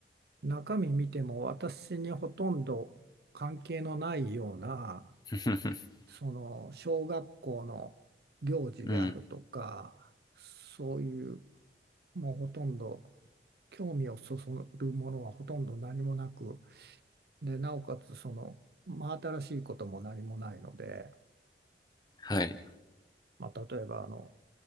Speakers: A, on the right; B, on the left.
A: 中身見ても私にほとんど関係のないような
B: <laughs>
A: その小学校の行事であるとか
B: うん、
A: そういうもうほとんど興味をそそるものはほとんど何もなくでなおかつその真新しいことも何もないので、
B: はい、
A: まあ、例えばあの